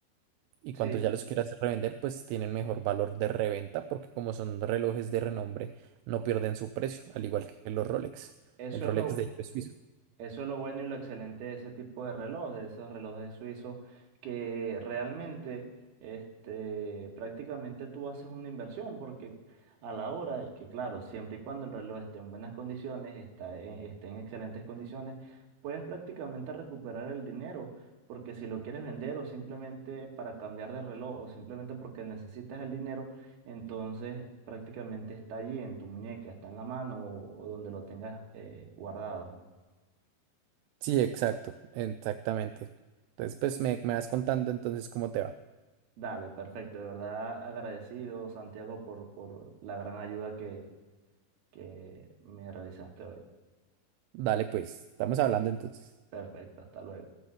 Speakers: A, on the right; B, on the right.
A: Y
B: Sí,
A: cuando ya los quieras revender, pues tienen mejor valor de reventa porque como son relojes de renombre, no pierden su precio, al igual que los Rolex.
B: eso
A: El Rolex
B: es lo,
A: de hecho es suizo.
B: Eso es lo bueno y lo excelente de ese tipo de reloj, de esos relojes suizos, que realmente, este, prácticamente tú haces una inversión, porque a la hora, de que claro, siempre y cuando el reloj esté en buenas condiciones, está en- esté en excelentes condiciones, puedes prácticamente recuperar el dinero, porque si lo quieres vender o simplemente para cambiar de reloj o simplemente porque necesitas el dinero, entonces prácticamente está allí en tu muñeca, está en la mano o, o donde lo tengas eh, guardado.
A: Sí, exacto, exactamente. Entonces, pues me, me vas contando entonces cómo te va.
B: Dale, perfecto. De verdad agradecido, Santiago, por, por la gran ayuda que, que me realizaste hoy.
A: Dale, pues, estamos hablando entonces.
B: Perfecto, hasta luego.